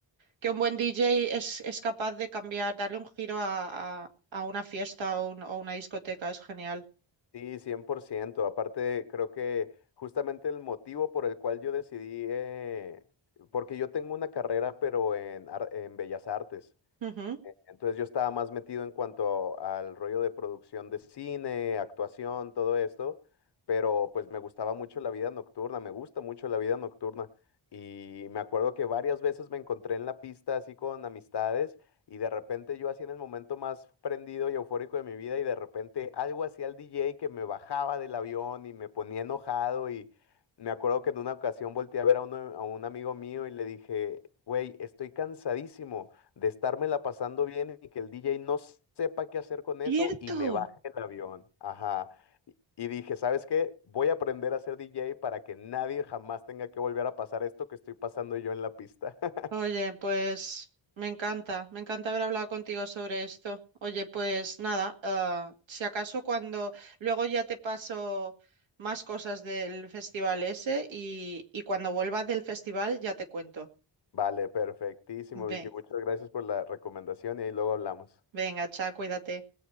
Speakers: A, on the right; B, on the left.
A: que un buen DJ es, es capaz de cambiar, darle un giro a, a- a una fiesta o, un- o una discoteca, es genial.
B: Sí, 100%. Aparte, creo que justamente el motivo por el cual yo decidí, eh, porque yo tengo una carrera, pero en, ar- en Bellas Artes.
A: Ujú.
B: Entonces yo estaba más metido en cuanto al rollo de producción de cine, actuación, todo esto, pero pues me gustaba mucho la vida nocturna, me gusta mucho la vida nocturna. Y me acuerdo que varias veces me encontré en la pista así con amistades y de repente yo así en el momento más prendido y eufórico de mi vida y de repente algo hacía el DJ que me bajaba del avión y me ponía enojado y me acuerdo que en una ocasión volteé a ver a, uno- a un amigo mío y le dije, güey, estoy cansadísimo de estármela pasando bien y que el DJ no sepa qué hacer con
A: ¡Cierto!
B: eso y me baje el avión. Ajá. Y y dije, ¿sabes qué? Voy a aprender a ser DJ para que nadie jamás tenga que volver a pasar esto que estoy pasando yo en la pista. <laughs>
A: Oye, pues me encanta, me encanta haber hablado contigo sobre esto. Oye, pues nada, ah, si acaso cuando luego ya te paso más cosas del festival ese y, y cuando vuelva del festival ya te cuento.
B: Vale, perfectísimo,
A: Ve-
B: Vicky. Muchas gracias por la recomendación y ahí luego hablamos.
A: venga, chao, cuídate.